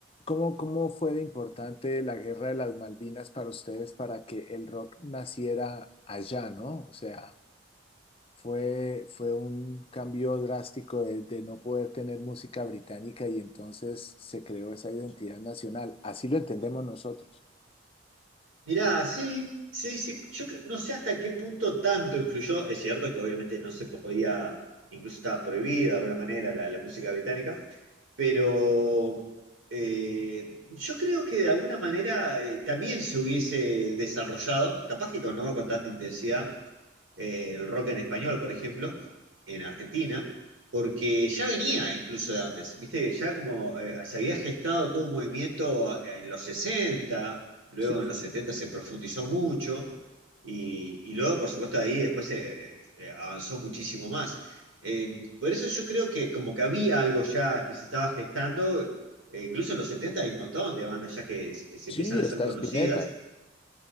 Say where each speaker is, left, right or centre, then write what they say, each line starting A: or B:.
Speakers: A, on the left; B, on the right.
A: ¿Cómo, cómo fue de importante la Guerra de las Malvinas para ustedes para que el rock naciera allá, ¿no? O sea, fue, fue un cambio drástico de, de no poder tener música británica y entonces se creó esa identidad nacional. Así lo entendemos nosotros.
B: Mirá, sí, sí, sí. Yo cre- no sé hasta qué punto tanto influyó. Es cierto que obviamente no se podía, incluso estaba prohibida de alguna manera la, la música británica, pero eh, yo creo que de alguna manera eh, también se hubiese desarrollado, capaz que con, no con tanta intensidad, eh, el rock en español, por ejemplo, en Argentina, porque ya venía incluso de antes, viste, ya como eh, se había gestado todo un movimiento en los 60 luego
A: Sí, sí,
B: en los
A: sí.
B: 70 se profundizó mucho, y, y luego, por supuesto, ahí después eh, eh, avanzó muchísimo más. Eh, por eso yo creo que como que había algo ya que se estaba gestando, eh, incluso en los 70 hay un montón de bandas ya que se se
A: Sí,
B: empiezan a
A: está
B: ser conocidas.
A: Spinetta.